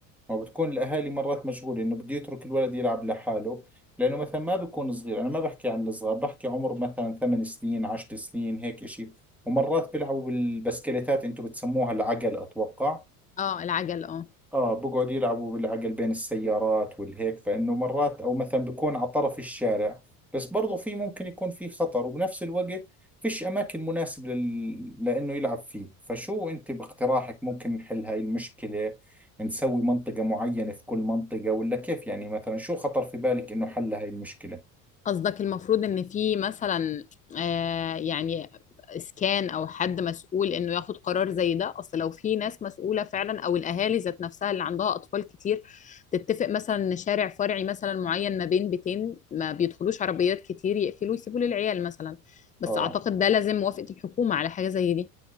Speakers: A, in the centre; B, on the left.
A: ما بتكون الاهالي مرات مشغولة انه بده يترك الولد يلعب لحاله لانه مثلا ما بيكون صغير انا ما بحكي عن الصغار بحكي عمر مثلا ثمان سنين عشر سنين هيك اشي ومرات بيلعبوا بالبسكليتات انتو بتسموها العقل اتوقع
B: اه العجل اه
A: اه بقعد يلعبوا بالعقل بين السيارات والهيك فانه مرات او مثلا بيكون على طرف الشارع بس برضو في ممكن يكون في خطر وبنفس الوقت فيش اماكن مناسبة لل... لانه يلعب فيه فشو انت باقتراحك ممكن نحل هاي المشكلة نسوي منطقة معينة في كل منطقة ولا كيف يعني مثلا شو خطر في بالك انه حل هاي المشكلة
B: قصدك المفروض ان في مثلا آه يعني اسكان او حد مسؤول انه ياخد قرار زي ده اصل لو في ناس مسؤوله فعلا او الاهالي ذات نفسها اللي عندها اطفال كتير تتفق مثلا ان شارع فرعي مثلا معين ما بين بيتين ما بيدخلوش عربيات كتير يقفلوا يسيبوا للعيال مثلا بس
A: اه
B: اعتقد ده لازم موافقه الحكومه على حاجه زي دي